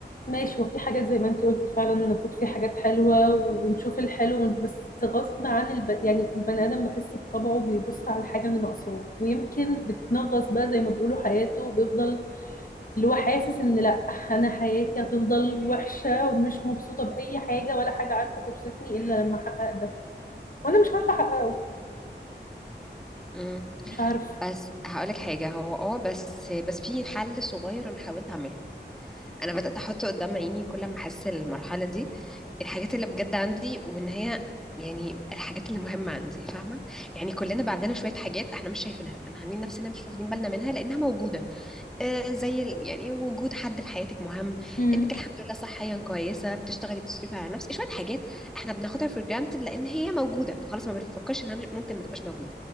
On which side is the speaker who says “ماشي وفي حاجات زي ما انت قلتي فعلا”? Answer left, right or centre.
Left